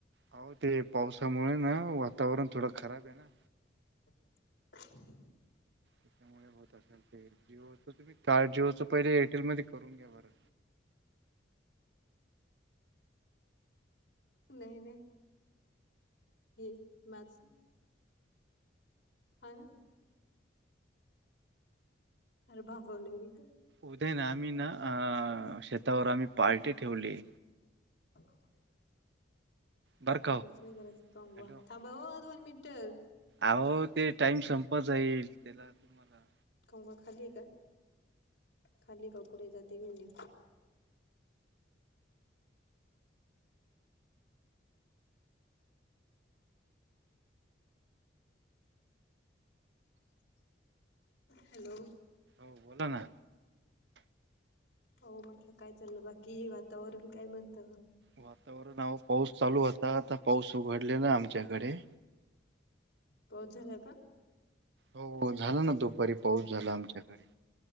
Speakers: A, on the right; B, on the left.
A: अहो ते, पावसामुळेना वातावरण थोडं खराब आहे ना.
B: <unintelligible>
A: त्यामुळे होत असल, ते जिओच तुम्ही कार्ड जिओच पहिले एअरटेल मध्ये करून घ्या बरं.
B: <unintelligible> नाही, नाही, हे, माझ हा, ना, बांबलेवीत
A: उदया, ना आम्ही ना, अ! शेतावर आम्ही पार्टी ठेवली.
B: <unintelligible>
A: बरं
B: पावडरीचा
A: का हो.
B: नाही, गरज कंगवा,
A: हॅलो.
B: थांबव व दोन मिनिटं.
A: अहो, ते टाइम संपत जाईल, त्याला तुम्हाला
B: कंगवा खाली का? खाली का कुड जात घे होऊण ये. हॅलो!
A: हो बोला ना.
B: हो, म्हटलं काय चाललं बाकी, वातावरण काय म्हणत?
A: वातावरण आव पाऊस चालू होता. आता पाऊस उघडले ना आमच्याकडे,
B: पाऊस झालाय का?
A: हो, होझाला ना दुपारी पाऊस झाला आमच्याकडे.